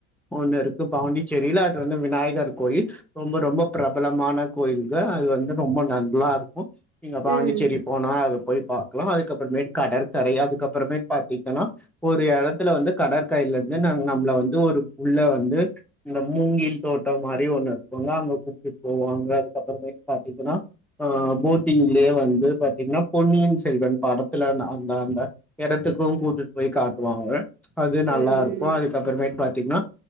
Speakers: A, in the centre; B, on the right.
A: ஒண்ணு இருக்கு பாண்டிச்சேரிலெ அதுல வந்து விநாயகர் கோயில் ரொம்போ ரொம்போ ப்ரபலமான கோயிலுங்க அது வந்து ரொம்ப நல்லாருக்கு இங்க
B: ம்.
A: பாண்டிச்சேரி போனா அதுப் பாக்கலா அதுக்கப்றமே கடற்கரை அதுக்கப்றமே பாத்திங்கனா ஒரு எடத்துல வந்து கடற்கரையில இருந்து ந நம்மள வந்து ஒரு உள்ள வந் ந்து இந்த மூங்கி தோட்டம் மாரி ஒன்னு <unintelligible> அங்க கூப்ட்டுட்டு போவாங்க அதுக்கப்றமே பாத்திங்கனா அஹ் போட்டிங்லயே வந்து பாத்திங்கனா பொன்னியின் செல்வன் படத்துல ந அந்த அந்த எடத்துக்கு கூட்டிட்டு போய் காட்டுவாங்க அது நல்லாருக்கு
B: ம், ம்,
A: அதுக்கப்றமேட் பாத்திங்கனா